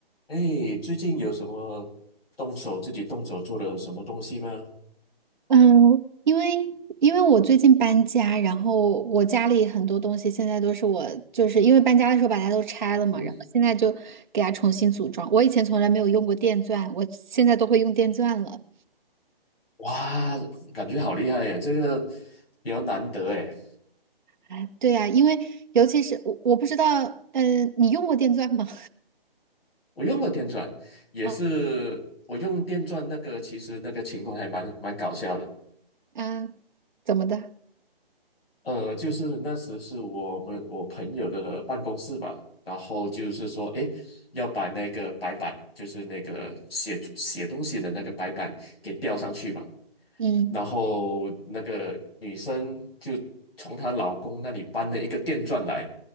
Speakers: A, on the left; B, on the right.
A: 哎，最近有什么动手自己动手做的什么东西吗？
B: 嗯，因为因为我最近搬家，然后我家里很多东西现在都是我，就是因为搬家的时候把它都拆了嘛，
A: 嗯，
B: 然后现在就给它重新组装。我以前从来没有用过电钻，我现在都会用电钻了。
A: 哇，感觉好厉害耶！这个比较难得哎。
B: 哎，对呀，因为尤其是我，我不知道，嗯，你用过电钻吗？
A: 我用过电钻也是，
B: <laughs> 啊，
A: 我用电钻那个，其实那个情况还蛮蛮搞笑的。
B: 啊，怎么的？
A: 呃，就是那时是我们我朋友的办公室吧，然后就是说，哎，要把那个白板，就是那个写写东西的那个白板给吊上去嘛。
B: 嗯，
A: 然后那个女生就从她老公那里搬了一个电钻来，